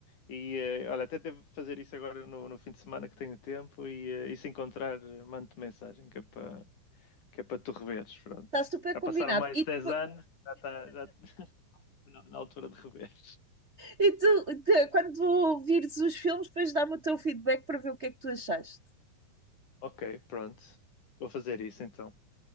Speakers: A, on the left; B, on the right.
A: E eh, olha, até devo fazer isso agora no, no fim de semana que tenho tempo. E, eh, e se encontrar, eh, mando-te mensagem que é para que é para tu reveres. Pronto.
B: Está super
A: Já
B: combinado.
A: passaram mais
B: E,
A: de 10
B: tu-
A: anos, já está já- <laughs> na, na altura de reveres.
B: e tu, te- quando vires os filmes, depois dá-me o teu feedback para ver o que é que tu achaste.
A: Ok, pronto. Vou fazer isso então.